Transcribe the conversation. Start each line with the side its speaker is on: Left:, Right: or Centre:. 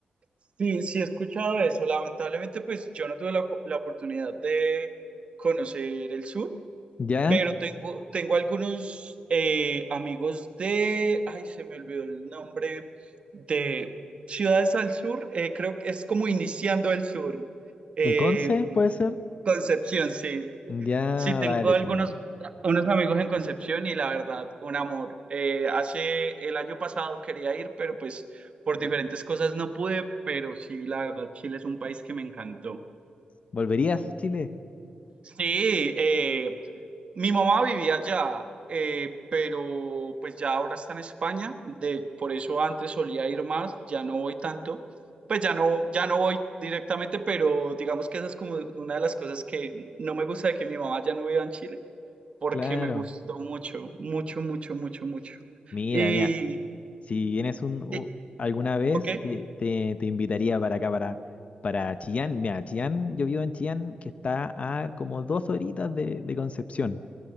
Right: Sí, sí he escuchado eso. Lamentablemente, pues yo no tuve la, la oportunidad de conocer el sur.
Left: ¿Ya?
Right: Pero tengo, tengo algunos eh, amigos de, ay, se me olvidó el nombre, de Ciudades al Sur, eh, creo que es como iniciando el sur, eh,
Left: ¿Eh, Conce puede ser?
Right: Concepción, sí.
Left: Ya,
Right: Sí, tengo
Left: vale,
Right: algunos
Left: genial.
Right: unos amigos en Concepción y la verdad, un amor. Eh, hace el año pasado quería ir, pero pues por diferentes cosas no pude, pero sí, la verdad, Chile es un país que me encantó.
Left: ¿Volverías a Chile?
Right: Sí, eh, mi mamá vivía allá, eh, pero pues ya ahora está en España, de, por eso antes solía ir más, ya no voy tanto, pues ya no, ya no voy directamente, pero digamos que esa es como una de las cosas que no me gusta de que mi mamá ya no viva en Chile, porque
Left: Claro.
Right: me gustó mucho, mucho, mucho, mucho, mucho.
Left: Mira,
Right: Y,
Left: mira, si vienes un, u-
Right: y-
Left: alguna vez,
Right: ok,
Left: te, te, te invitaría para acá, para, para Chillán. Mira, Chillán, yo vivo en Chillán, que está a como dos horitas de, de Concepción.